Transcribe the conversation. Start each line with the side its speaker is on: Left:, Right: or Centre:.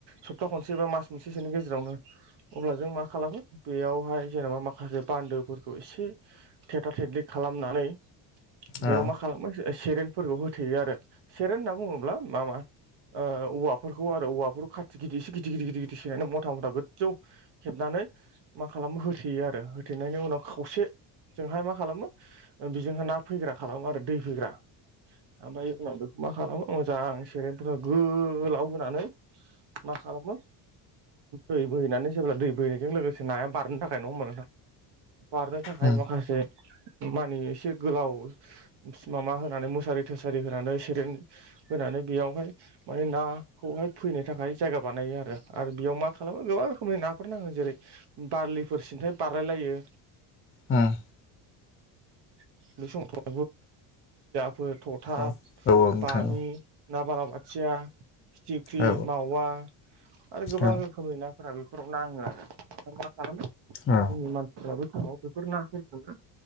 Right: सप्ता खनसे बा मास मोनसेसोनि गेजेरावनो अब्ला जों मा खालामो बेयावहाय जेनेबा माखासे बान्दोफोरखौ एसे थेथला थेथलि खालामनानै बेयाव
Left: औ
Right: मा खालामो सेरेनफोरखौ होथेयो आरो सेरेन होनना बुङोब्ला मा मा औवाफोरखौ आरो औवाफोरखौ खाथि गिदिर एसे गिदिर गिदिर गिदिर गिदिर सैनानै मथा मथा गोजौ <unintelligible> हेबनानै मा खालामो होथेयो आरो होथेनायनि उनाव खावसेजोंहाय मा खालामो बिजोंहा ना फैग्रा खालामो आरो दै फैग्रा। ओमफ्राय उनाव बेखौ मा खालामो मोजां सेरेनफोरनो गोलाव होनानै- मा खालामो दै बोहैनानै जेब्ला दै बोहैनायजों लोगोसे नाया बारनो थाखाय नङा होमबा नोंथां। बारनो थाखाय
Left: ओम ओम
Right: माखासे मानि एसे गोलाव माबा होनानै मुसारि थोसारि होनानै सेरेन होनानै बेयावहाय माने नाखौहाय फैनो थाखाय जायगा बानायो आरो बेयाव मा खालामो गोबां रोखोमनि ना फोर नाङो जेरै बारलिफोर सिन्थाय बारलायलायो।
Left: उम
Right: <unintelligible> फोर थथा
Left: औ औ औ नोंथां
Right: बामि ना बाला बाथिया फिटि थिख्रि
Left: औ
Right: मावा आरो गोबां
Left: औ
Right: रोखोमनि नाफोरा बेफोराव नाङो आरो मा खालामो जोंनि
Left: औ
Right: मानसिफ्राबो थ' बेफोर नाफोरखौनो